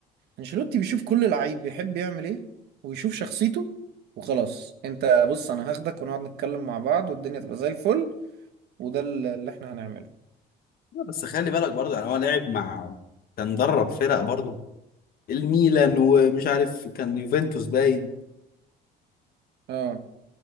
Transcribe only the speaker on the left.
لا، بس خلي بالك برضه يعني هو لعب مع كان درب فرق برضه الميلان ومش عارف كان يوفنتوس باين